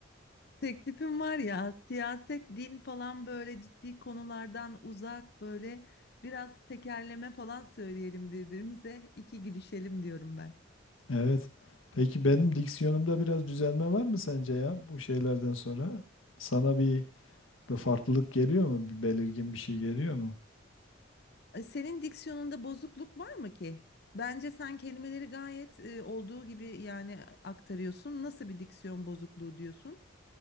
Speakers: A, on the left; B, on the left.
A: teklifim var ya siyaset, din falan böyle ciddi konulardan uzak böyle biraz tekerleme falan söyleyelim birbirimize iki gülüşelim diyorum ben.
B: Evet. Peki benim diksiyonumda biraz düzelme var mı sence ya bu şeylerden sonra? Sana bir, bir farklılık geliyor mu? Bir belirgin bir şey geliyor mu?
A: E, Senin diksiyonunda bozukluk var mı ki? Bence sen kelimeleri gayet e, olduğu gibi yani aktarıyorsun. Nasıl bir diksiyon bozukluğu diyorsun?